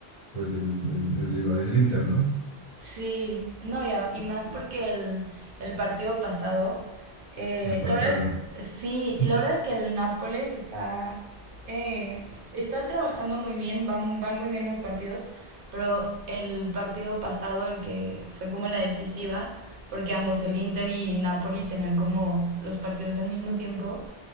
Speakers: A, on the left (about 40°); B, on the right (about 60°).
A: pues el, el, el rival es el Inter, ¿no?
B: Sí, no, y, a- y más porque el, el partido pasado, eh,
A: Empataron.
B: la verdad es, sí,
A: <laughs>
B: y la verdad es que el Nápoles está, eh, está trabajando muy bien, van, van muy bien los partidos, pero el partido pasado, el que fue como la decisiva, porque ambos el Inter y Napoli tenían como los partidos al mismo tiempo,